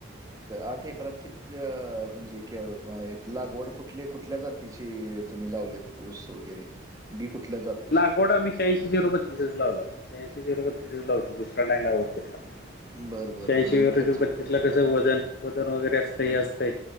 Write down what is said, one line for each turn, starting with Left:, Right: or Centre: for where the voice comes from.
Right: आठ एकरात किती म्हणजे लागवड कुठले कुठल्या जातीची तुम्ही लावलेत ऊस वगैरे बी कुठल्या जात
Left: लागवड आम्ही शहाऐंशी झिरोबत्तीसच लावला शहांशी झिरोबत्तीसच लावतो दुसरा नाही लावत तुठला
Right: बरं, बरं,
Left: श्यांशी
Right: बरं आणि
Left: रुपये
Right: त्याचं
Left: बत्तीस ला कस वजन वजन वगैरे असत हे असतंय